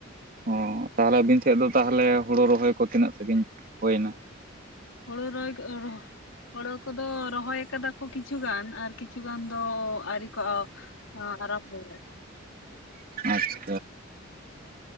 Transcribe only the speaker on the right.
ᱚᱸ, ᱛᱟᱦᱚᱞᱮ ᱟᱹᱵᱤᱱ ᱛᱷᱮᱜ ᱫᱚ ᱛᱟᱦᱚᱞᱮ ᱦᱩᱲᱩ ᱨᱚᱦᱚᱭ ᱠᱚ ᱛᱤᱱᱟᱹᱜ ᱥᱟᱺᱜᱤᱧ ᱦᱩᱭ ᱱᱟ?
ᱟᱪᱷᱟ᱾